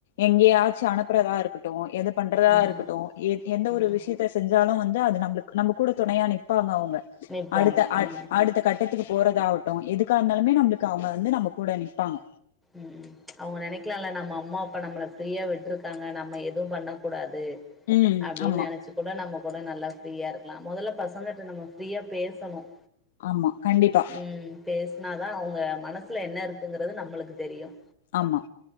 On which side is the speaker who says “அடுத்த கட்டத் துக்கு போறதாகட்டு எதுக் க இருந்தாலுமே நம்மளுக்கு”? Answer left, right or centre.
Left